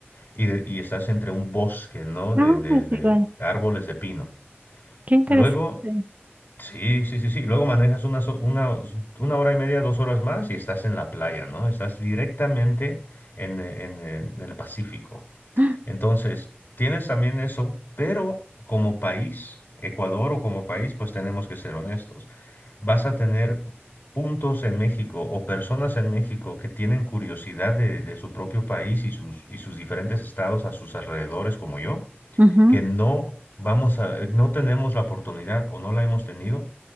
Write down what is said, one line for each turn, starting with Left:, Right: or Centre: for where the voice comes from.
Left: y, de- y estás entre un bosque, ¿no?
Right: No,
Left: De, de-
Right: es
Left: de
Right: igual.
Left: árboles de pino.
Right: Qué interesante.
Left: Luego,
Right: <gasps>
Left: sí, sí, sí, sí. Luego manejas una, so- una, una hora y media, dos horas más y estás en la playa, ¿no? Estás directamente en, en- en el Pacífico.
Right: Ah,
Left: Entonces, tienes también eso, pero como país, Ecuador o como país, pues tenemos que ser honestos. Vas a tener puntos en México o personas en México que tienen curiosidad de, de su propio país y sus, y sus diferentes estados a sus alrededores, como yo,
Right: ujú,
Left: que no vamos a, no tenemos la oportunidad o no la hemos tenido